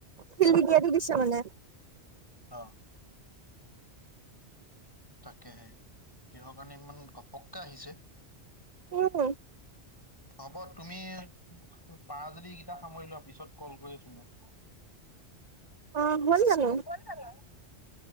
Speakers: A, on the right; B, on the left.
A: শিল দিয়াদি দিছে মানে <unintelligible>
B: অ তাকেহে কিহৰ কাৰণে ইমান গ সক্কা আহিছে
A: উম
B: হব তুমি <unintelligible> পাৰা যদি এইকেইটা সামৰি লোৱা পিছত কল কৰি আছো মই
A: অ হ'ল জানো
B: ফোন কৰিব <unintelligible>